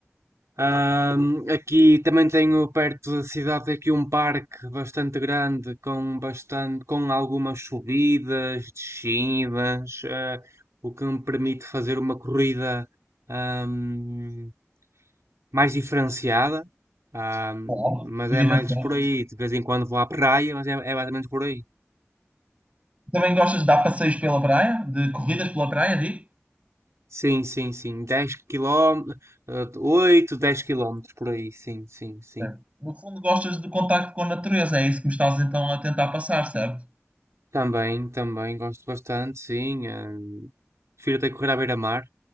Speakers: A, on the right (about 80°); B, on the right (about 25°).
A: Ahm, aqui também tenho perto da cidade aqui um parque bastante grande com bastante com algumas subidas, descidas, eh, o que me permite fazer uma corrida ahm, mais diferenciada. Ahm,
B: Claro,
A: mas
B: evidentemente.
A: é mais por aí, de vez em quando vou à praia, mas é, é basicamente por aí.
B: Também gostas de dar passeios pela praia? De corridas pela praia, digo?
A: Sim, sim, sim, 10 quilómetros, 8, 10 quilómetros por aí, sim, sim, sim.
B: Certo. No fundo, gostas do contacto com a natureza, é isso que me estás então a tentar passar, certo?
A: Também, também gosto bastante, sim. hum, prefiro até correr à beira-mar.